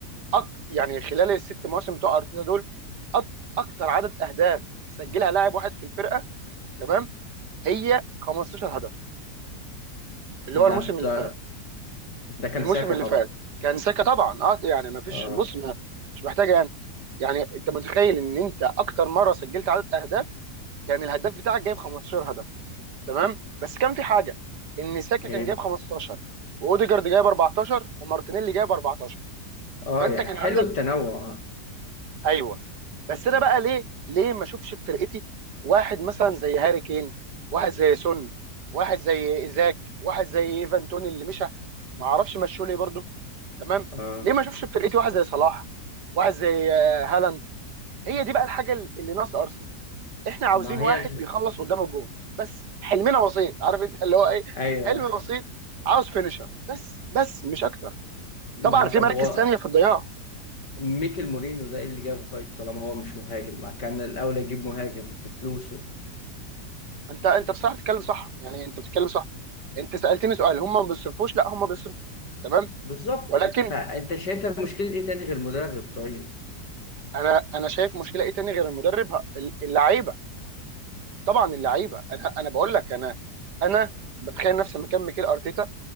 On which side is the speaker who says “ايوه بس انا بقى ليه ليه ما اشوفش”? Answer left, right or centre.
Right